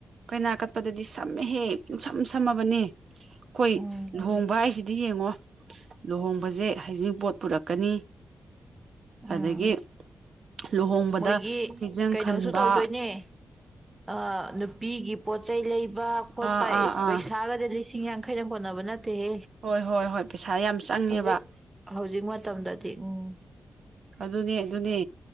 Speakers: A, on the right; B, on the right.
A: ꯀꯩꯅꯥ ꯀꯠꯄꯗꯗꯤ ꯁꯝꯃꯦꯍꯦ ꯄꯨꯡꯁꯝ ꯁꯝꯃꯕꯅꯦ ꯑꯩꯈꯣꯏ
B: ꯎꯝ
A: ꯂꯨꯍꯣꯡꯕ ꯍꯥꯏꯁꯤꯗꯤ ꯑꯗꯨꯗꯤ ꯌꯦꯡꯉꯣ ꯂꯨꯍꯣꯡꯕꯖꯦ ꯍꯩꯖꯤꯡ ꯄꯣꯠ ꯄꯨꯔꯛꯀꯅꯤ
B: ꯎꯝ
A: ꯑꯗꯒꯤ ꯂꯨꯍꯣꯡꯕꯗ
B: ꯃꯣꯏꯒꯤ
A: ꯐꯤꯖꯪ
B: ꯀꯩꯅꯣꯁꯨ
A: ꯈꯟꯕ
B: ꯇꯧꯗꯣꯏꯅꯦ ꯑꯥ ꯅꯨꯄꯤꯒꯤ ꯄꯣꯠꯆꯩ ꯂꯩꯕ ꯈꯣꯠꯄ
A: ꯑꯥ ꯑꯥ
B: ꯏꯁ
A: ꯑꯥ
B: ꯄꯩꯁꯥꯒꯁꯦ ꯂꯤꯁꯤꯡ ꯂꯤꯁꯤꯡ ꯌꯥꯡꯈꯩꯅ ꯀꯣꯟꯅꯕ ꯅꯠ ꯇꯍꯦ
A: ꯍꯣꯏ ꯍꯣꯏ ꯍꯣꯏ ꯄꯩꯁꯥ ꯌꯥꯝ ꯆꯪꯉꯦꯕ
B: ꯍꯧꯖꯤꯛ ꯍꯧꯖꯤꯛ ꯃꯇꯝꯗꯗꯤ ꯎꯝ
A: ꯑꯗꯨꯅꯦ ꯑꯗꯨꯅꯦ